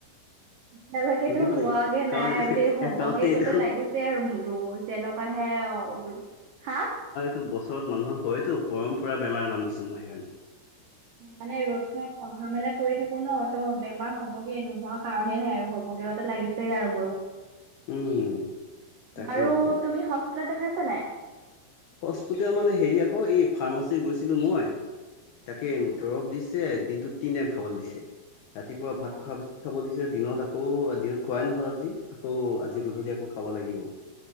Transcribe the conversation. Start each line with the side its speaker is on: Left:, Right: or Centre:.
Right: এতিয়ালৈকেতো
Left: সুধিব
Right: হোৱাগে
Left: লাগিব কাৰণ
Right: নাই আৰু দেই হবগে
Left: কাৰণ এইটো
Right: গতে লাগিছে আৰু মোৰো। যেনেকুৱ হে অ', হা
Left: টো বছৰত মানুহৰ হয়তো পৰম্পৰা বেমাৰ নাম দিছোঁ মই সেইকাৰণে।
Right: মানে ৰ'দ খত অহা মেলা কৰি থাকো ন ত' বেমাৰ হ'ব গে নোহোৱা কাৰণে নাই আৰু হ'বগেতে লাগিছেই আৰু মোৰো।
Left: উম তাকেই
Right: বাৰু
Left: আকৌ
Right: তুমি হস্পিতাল দেখাইছা নাই।
Left: হস্পিতেল মানে হেৰি আকৌ এই ফাৰ্মাচী গৈছিলো মই তাকে
Right: অ',
Left: দৰৱ দিছ দিনটো তিনি টাইম খাবলৈ দিছে ৰাতিপুৱা
Right: অ',
Left: ভাত খোৱাৰ পিছত খাব দিছে দিনত আকৌ দিনত খোৱাই নহল আজি আকৌ আজি
Right: অ',
Left: গধূলি আকৌ খাব লাগিব